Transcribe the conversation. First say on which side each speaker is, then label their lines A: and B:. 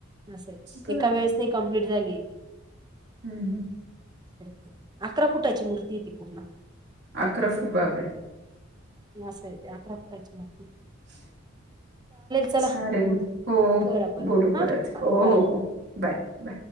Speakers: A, on the right; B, on the right.
A: आसं ए...
B: बरं.
A: एका वेळेस नई कंप्लीट झाली ती.
B: हू.
A: <inaudible> अकरा फुटाची मूर्ती ती पूर्ण.
B: अकरा फूट... बाप रे!
A: हे अस आहे ते अकरा फुटाची मूर्ति.
B: <inaudible> <unintelligible>
A: चला
B: साऱ्यांनी हो
A: करा
B: बोलू
A: हा
B: परत
A: हा
B: हो
A: बाय बाय
B: हो बाय. बाय.